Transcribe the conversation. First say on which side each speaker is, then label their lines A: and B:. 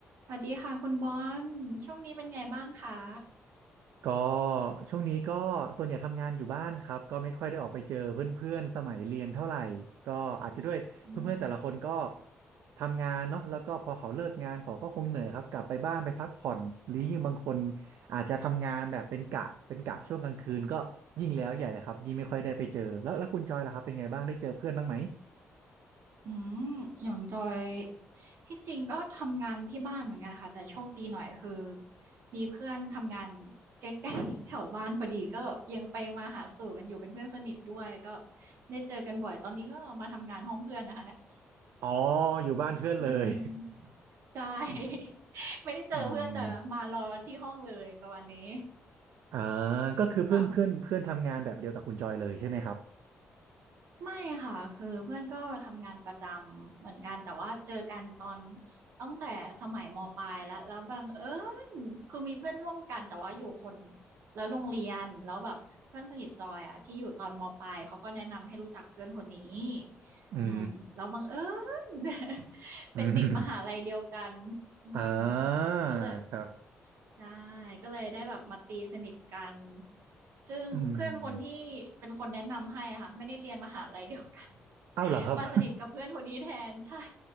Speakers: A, on the right (about 70°); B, on the right (about 85°).
A: สวัสดีค่ะคุณบอลช่วงนี้เป็นไงบ้างคะ
B: ก็ช่วงนี้ก็ส่วนใหญ่ทำงานอยู่บ้านครับก็ไม่ค่อยได้ออกไปเจอเพื่อนๆสมัยเรียนเท่าไหร่ก็อาจจะด้วยเพื่อนๆแต่ละคนก็
A: อืม
B: ทำงานเนาะแล้วก็พอเขาเลิกงานเขาก็คงเหนื่อยครับกลับไปบ้านไปพักผ่อนหรือยิ่งบางคนอาจจะทำงานแบบเป็นกะเป็นกะช่วงกลางคืนก็ยิ่งแล้วใหญ่เลยครับยิ่งไม่ค่อยได้ไปเจอแล้วแล้วคุณจอยล่ะครับเป็นไงบ้างได้เจอเพื่อนบ้างไหม
A: อืมอย่างจอยที่จริงก็ทำงานที่บ้านเหมือนกันค่ะแต่โชคดีหน่อยคือมีเพื่อนทำงานใกล้ๆ <laughs> แถวบ้านพอดีก็แบบยังไปมาหาสู่กันอยู่เป็นเพื่อนสนิทด้วยก็ได้เจอกันบ่อยตอนนี้ก็มาทำงานห้องเพื่อนนะคะเนี่ย
B: อ๋ออยู่บ้านเพื่อนเลย
A: อืมใช่ <laughs>
B: <laughs>
A: ไม่ได้เจอเพื่อนแต่มารอที่ห้องเลยประมาณนี้
B: อืมอ่าก็คือเพื่อนเพื่อนเพื่อนทำงานแบบเดียวกับคุณจอยเลยใช่ไหมครับ
A: แล้ว ไม่ค่ะคือเพื่อนก็ทำงานประจำเหมือนกันแต่ว่าเจอกันตอนตั้งแต่สมัยมปลายแล้วแล้วบังเอิญคือมีเพื่อนร่วมกันแต่ว่าอยู่คนละโรงเรียนแล้วแบบเพื่อนสนิทจอยอะที่อยู่ตอนมปลายเขาก็แนะนำให้รู้จักเพื่อนคนนี้
B: อืม
A: อืมแล้วบังเอิญ <laughs> ไปติดมหาลัยเดียวกัน
B: <laughs> อืม
A: อืม
B: อ่า
A: ก็เลย
B: ครับ
A: ใช่ก็เลยได้แบบมาตีสนิทกันซึ่งเพื่อนคนที่เป็นคนแนะนำให้อะค่ะไม่ได้เรียนมหาลัยเดียวกัน
B: อืม
A: <laughs>
B: อ้าวเหรอครับ
A: มาสนิทกับเพื่อนคนนี้แทนใช่
B: <laughs>